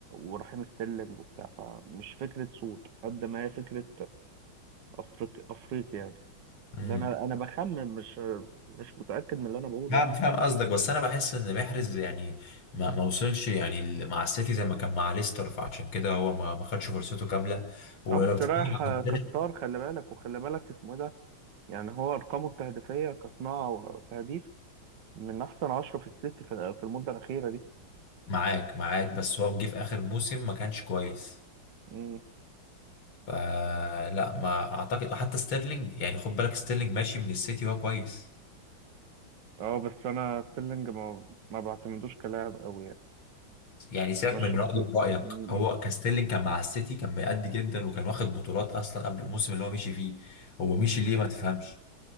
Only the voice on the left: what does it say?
مم.
فاهم
فاهم قصدك بس انا بحس ان محرز يعني ما ما وصلش يعني ال- مع السيتي زي ما كان مع ليستر فعشان كده هو ما ما خدش فرصته كامله ولو
بتتكلم
عن
المبتدئ
معاك معاك بس هو جه في اخر موسم ما كانش كويس
فلا ما اعتقد حتى ستيرلينج يعني خد بالك ستيرلينج ماشي من السيتي وهو كويس
يعني سيبك
من رأيي
رأيك
هو كان ستيرلينج كان مع السيتي كان مأدي جدا وكان واخد بطولات اصلا قبل الموسم اللي هو مشي فيه هو مشي
ليه ما تفهمش